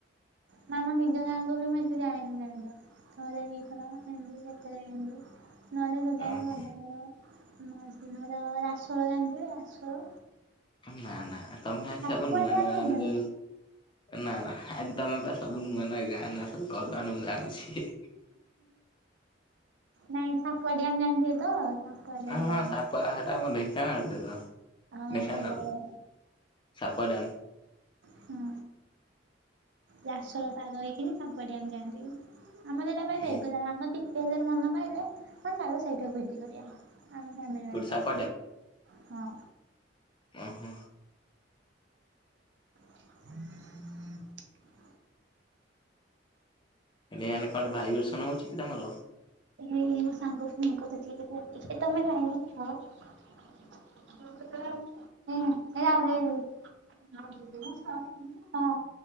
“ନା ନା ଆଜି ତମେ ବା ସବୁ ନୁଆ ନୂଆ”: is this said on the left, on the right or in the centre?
Left